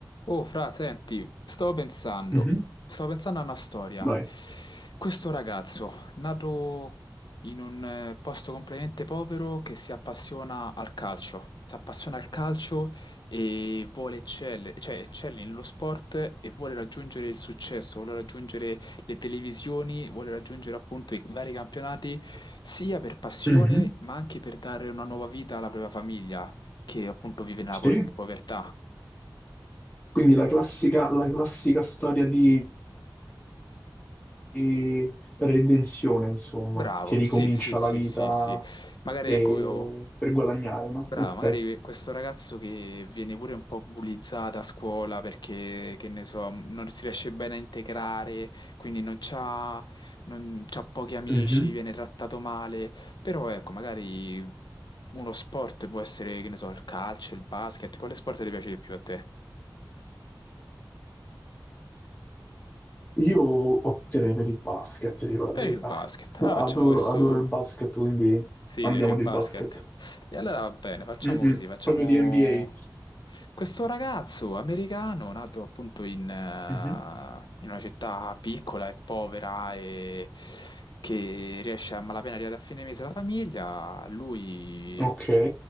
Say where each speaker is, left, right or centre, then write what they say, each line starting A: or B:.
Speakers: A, on the left (about 65°); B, on the left (about 20°).
A: Oh, fra, senti, stavo pensando,
B: Mhm,
A: stavo pensando a una storia.
B: Vai.
A: Questo ragazzo, nato in un eh, posto completamente povero, che si appassiona al calcio, si appassiona al calcio e vuole eccelle, cioè eccelle nello sport e vuole raggiungere il successo, vuole raggiungere le televisioni, vuole raggiungere appunto i vari campionati, sia per passione,
B: Mhm,
A: ma anche per dare una nuova vita alla propria famiglia, che appunto vive nella
B: Sì.
A: por- povertà.
B: Quindi la classica, la classica storia di, di redenzione, insomma,
A: Bravo,
B: che ricomincia
A: sì, sì, sì,
B: la vita
A: sì, sì. Magari
B: e-
A: ecco, io,
B: per guadagnare, no?
A: bravo,
B: Ok.
A: magari questo ragazzo che viene pure un po' bullizzato a scuola perché, che ne so, non si riesce bene a integrare, quindi non c'ha, non c'ha pochi amici,
B: Mhm.
A: viene trattato male, però ecco, magari uno sport può essere, che ne so, il calcio, il basket, quale sport ti piace di più a te?
B: Io opterei per il basket, dico la
A: Per
B: verità.
A: il basket. Allora
B: Adoro,
A: facciamo questo,
B: adoro il basket, quindi
A: Sì,
B: andiamo
A: ti piace il
B: di
A: basket.
B: basket.
A: E allora va bene, facciamo
B: Mm-mm,
A: così, facciamo
B: Proprio di NBA.
A: questo ragazzo americano nato appunto in, eh,
B: Mhm.
A: in una città piccola e povera e che riesce a malapena arrivare a fine mese la famiglia, lui,
B: Ok.